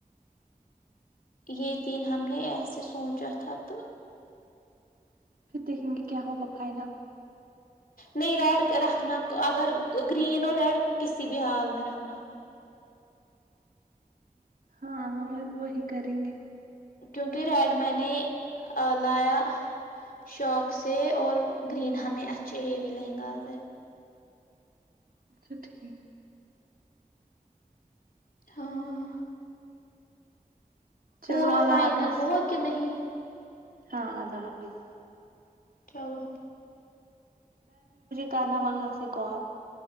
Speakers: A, on the left (about 70°); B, on the right (about 70°).
A: ی تین ہم نے ایسے سوچا تھا تو
B: پھر دیکھیں گے کیا ہوگا فائنل؟
A: نہیں ریڈ رکھنا اگر گرین اور ریڈ کسی بھی حال میں رکھنا
B: ہاں وہ وہی کریں گے
A: کیونکہ ریڈ میں نے لایا شوق سے اور گرین ہمیں اچھے ہیوی لہنگااز ہے
B: اچھا ٹھیک
A: ہاں پورا
B: چلو اللہ
A: فائنل
B: حافظ
A: ہوا کہ نہیں
B: ہاں اللہ حافظ
A: چلو <inaudible>
B: کر نا وہاں سے کال